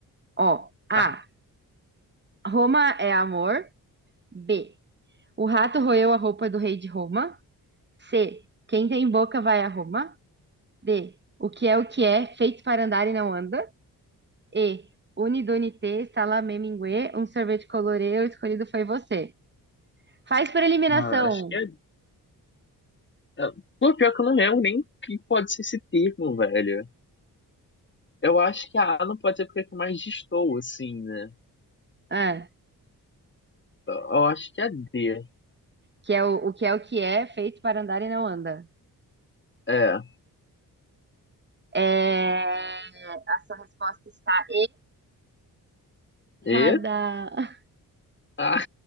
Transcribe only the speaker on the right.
Ó. A.
Roma é amor. B. O rato roeu a roupa do rei de Roma. C. Quem tem boca vai a Roma. D. O que é o que é, feito para andar e não anda. E. Unidunité, salameminguê um sorvete colorê, o escolhido foi você. Faz por eliminação.
Ah,
que é o, o que é o que é, feito para andar e não anda.
É, a sua resposta está errada.